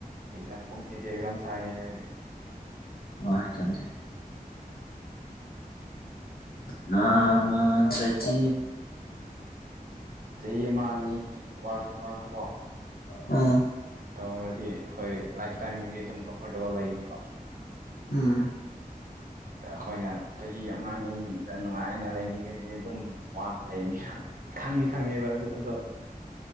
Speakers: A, on the right; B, on the left.
A: ꯑꯦꯛꯖꯝ ꯀꯣꯝꯇꯦꯇ ꯑꯦꯛꯖꯝ ꯊꯑꯒꯦ ꯍꯥꯏꯗꯤ
B: ꯋꯥ ꯇꯅꯤ ꯅꯥ ꯃꯗ꯭ꯔ ꯄ
A: ꯆꯍꯤ ꯑꯃ ꯑꯅꯤꯗꯤ ꯋꯥꯁꯨ ꯋꯥꯅꯀꯣ
B: ꯑꯝ
A: ꯇꯧꯔꯗꯤ ꯍꯣꯏ ꯂꯥꯏꯐꯇꯥꯏꯝꯒꯤꯗꯤ ꯑꯗꯨꯝ ꯀꯝꯐꯣꯔꯇꯦꯕꯜ ꯂꯩꯅꯤꯀꯣ
B: ꯎꯝ
A: ꯑꯩꯈꯣꯏꯅ ꯆꯍꯤ ꯑꯃ ꯑꯅꯤꯗ ꯅꯨꯡꯉꯥꯏꯅ ꯂꯩꯔꯤꯉꯩꯗꯤ ꯑꯗꯨꯝ ꯋꯥꯅ ꯂꯩꯅꯤ ꯗꯤ ꯈꯪꯉꯦꯕ ꯑꯗꯨ ꯑꯗꯣ